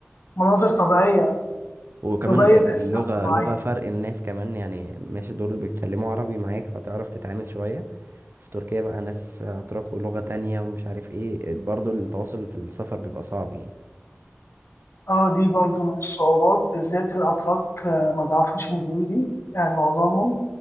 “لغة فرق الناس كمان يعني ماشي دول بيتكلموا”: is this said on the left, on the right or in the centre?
Right